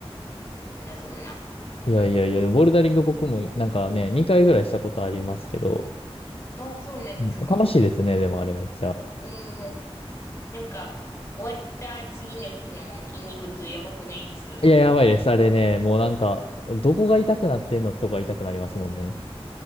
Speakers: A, on the left; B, on the left.
A: そんなそんな。
B: いやいやいや、ボルダリング僕もなんかね、2回ぐらいしたことありますけど、
A: ああ、そうなんですか。
B: うん楽しいですね、でもあれめっちゃ。
A: うーん。なんか、終わった次の日の筋肉痛やばくないです。な
B: いや、やばいです。あれね、もうなんか、どこが痛くなってんのってとこが痛くなりますもんね。